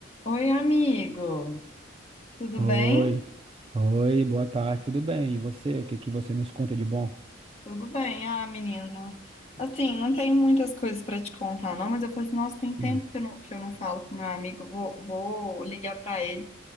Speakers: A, on the left; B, on the right.
A: Oi, amigo. Tudo
B: Oi,
A: bem?
B: oi, boa tarde, tudo bem? E você, o que que você nos conta de bom?
A: Tudo bem, ah, menina. Assim, não tenho muitas coisas para te contar, não, mas eu falei assim, nossa, tem tempo
B: Hum,
A: que eu não, que eu não falo com meu amigo, vou, vou ligar para ele.